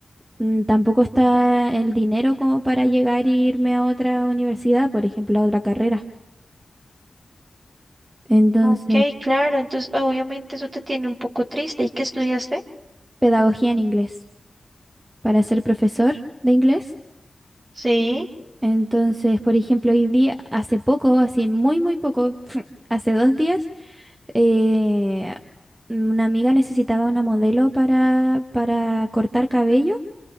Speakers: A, on the right (about 25°); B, on the right (about 50°).
A: mm, tampoco está el dinero como para llegar e irme a otra universidad, por ejemplo, a otra carrera. Entonces,
B: Ok, claro, entonces obviamente eso te tiene un poco triste. ¿Y qué estudiaste?
A: pedagogía en inglés, para ser profesor de inglés.
B: Sí,
A: Entonces, por ejemplo, hoy día, hace poco, así muy, muy poco, <laughs> hace dos días, eh, una amiga necesitaba una modelo para, para cortar cabello